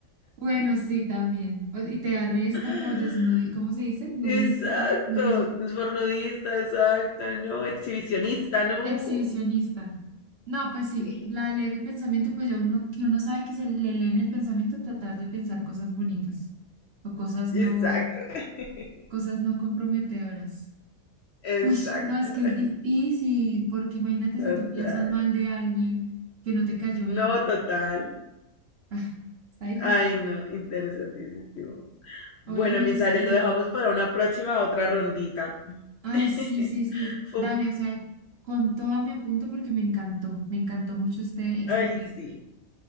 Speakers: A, on the right (about 50°); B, on the left (about 65°).
A: bueno, sí, también. O- Y te arrestan
B: <laughs>
A: por desnudismo, ¿cómo se dice? Nudista,
B: Exacto,
A: nudismo,
B: fornudista, exacto, no, exhibicionista, no.
A: exhibicionista. No, pues sí,
B: Sí,
A: la de leer el pensamiento, pues ya uno, que uno sabe que se le lee en el pensamiento, tratar de pensar cosas bonitas o cosas
B: exacto,
A: no
B: <laughs>
A: Cosas no comprometedoras.
B: exacto,
A: Uy, no, es que es difícil, porque imagínate
B: total,
A: si tú piensas mal de alguien que no te cayó bien.
B: no, total.
A: Ah, está difícil.
B: Ay, no, interesantísimo. Bueno,
A: Oye, me
B: mis
A: gustó.
B: Ares, lo dejamos para una próxima otra rondita.
A: Ay,
B: <laughs>
A: sí, sí, sí.
B: Fue-
A: Dale, o sea, con toda mi apunto porque me encantó. Me encantó mucho este, este
B: Ay,
A: juego.
B: sí.